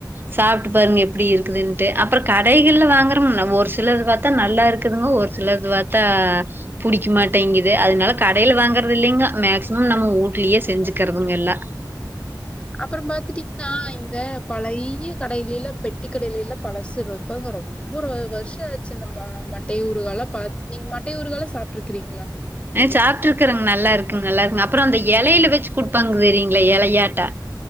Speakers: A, on the right; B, on the left.
A: சாப்பிட்டு பாருங்க எப்படி இருக்குதுன்ட்டு அப்புறோ கடைகள்ல வாங்குற ஒரு சிலது பாத்தா நல்லா இருக்குதுங்க ஒரு சிலது பாத்தா புடிக்க மாட்டேங்குது. அதனால கடையில வாங்கறது இல்லைங்க மேக்சிமம் நம்ம ஊட்லயே செஞ்சுக்கிறதுங்க எல்லா.
B: அப்புற பாத்துட்டீங்கன்னா இங்க பழைய கடையில எல்லா பெட்டி கடையில எல்லா பழசு இப்போங்க ரொம்ப வருஷோ ஆச்சு இந்ந ம மட்டை ஊறுகால்லாம் பாத்து நீங்க மட்டை ஊறுகால்லா சாப்பிட்டு இருக்கிறீங்களா.
A: ஹ சாப்புட்டுருக்குறங்க நல்லா இருக்குங்க நல்லா இருக்கு. அப்பறோ அந்த இலையில வச்சு குடுப்பாங்க தெரியங்கள இலையாட்டோ.